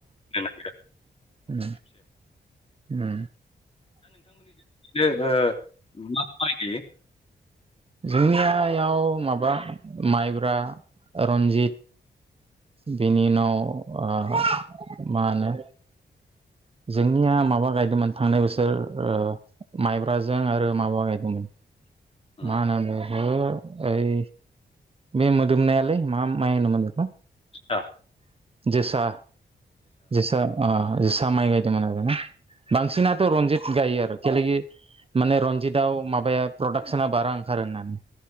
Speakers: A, on the left; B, on the right.
A: नागिर
B: उम उम
A: बे माइ गायो
B: जोंनियाव माबा माइब्रा रन्जित बेनि उनाव आ मा होनो जोंनिया माबा गायदोंमोन थांनाय बोसोर ओ माइब्राजों आरो माबा गायदोंमोन
A: उम,
B: मा होनो बै ओ ओइ बे मोदोमनायालै मा माइ होनोमोन बेखौ?
A: जोसा
B: जोसा जोसा अ जोस सा माइ गायदोंमोन आरोना बांसिनाथ' रनजित गायो आरो थेलेगि माने रनजितआव माबाया प्रडाक्सना बारा ओंखारो होननानै।